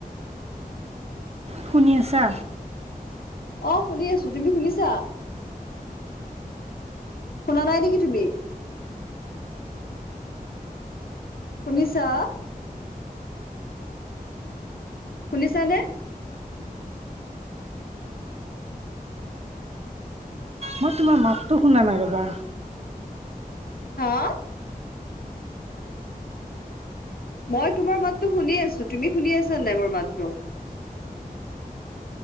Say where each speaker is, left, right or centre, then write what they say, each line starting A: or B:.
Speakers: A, on the right; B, on the left.
A: শুনি আছা?
B: অ শুনি আছো। তুমি শুনিছা? শুনা নাই নেকি তুমি? শুনিছা? শুনিছানে?
A: মই তোমাৰ মাতটো শুনা নাই ৰ'বা।
B: হা? মই তোমাৰ মাতটো শুনি আছো। তুমি শুনি আছা নাই মোৰ মাতটো?